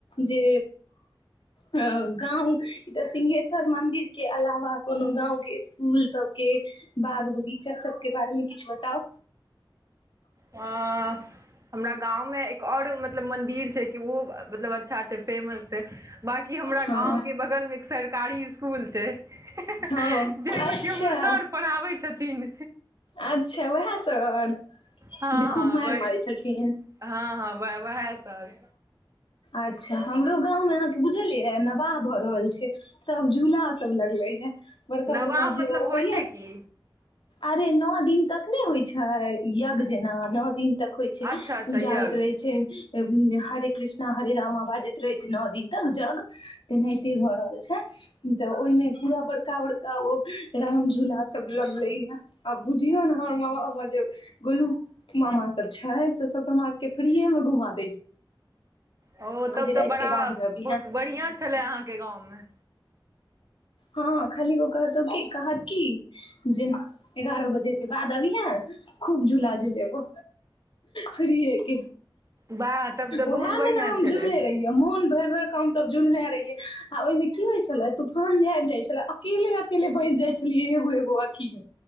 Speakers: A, on the left; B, on the right.
A: जे हँ गाव शीघेश्र मदिरके अलावा कोनो गावके इसकुल सबके बगीचा सबके बारेमे किछु बताउ
B: हँ अ हमरा गाँवमे एक और मतलब मन्दिर छै कि ओहो मतलब अच्छा छै फेमस छै बाँकी हमरा
A: हँ
B: गाँवके बगलमे एक सरकारी इसकुल छै जाहिमे
A: हँ अच्छा
B: कि हमर सर पढ़ाबै छथिन
A: अच्छा उहै सर
B: हँ
A: जे
B: हँ
A: खूब मारि
B: वही
A: मारै छलखिन
B: हँ हँ वे वेहे सब
A: अच्छा हमरो गांव में अहाँके बुझलियै नवाह भऽ रहल छै सब झूला सब लगलै पै बड़का
B: नवाह
A: बड़का जे
B: मतलब
A: अबै
B: होइ छै की
A: अरे नौ दिन तक नै होइ छै यज्ञ जेना नौ दिन तक होइ छै
B: अच्छा अच्छा
A: पूजा
B: यज्ञ
A: होइत रहै छै हरे कृष्ण जेना हरे रामा बाजैत रहै छै नौ दिन तक जग तेनाहिते भऽ रहल छै तऽ ओहिमे पूरा बड़का बड़का ओ राम झूला सब लगैया आ बुझिय ने हमर जे गोलू मामा सभ छै से सभ तऽ हमर सभके फिरीएमे घुमा दै छै
B: ओ तब
A: जे
B: तऽ
A: राति
B: बड़ा
A: के बाद मे
B: बहुत
A: अबीहे
B: बढ़िआँ छलै अहाँके गाँवमे
A: हँ खाली ओ कहतौ कहत की जे एगारह बजे बाद अभीहै खूब झूला झुलेबौ फिरीयेके
B: वाह तब तऽ
A: ओहेमे
B: बहुत बढ़िआँ
A: ने हम
B: छलै
A: झुल्ले रहियै मोन भरि भर क हम सब झुलने रहियै आ ओहिमे की होइ छलै तूफान जे आबी जाय छलै अकेले अकेले बै जाइ छलियै एगो एगो अथीमे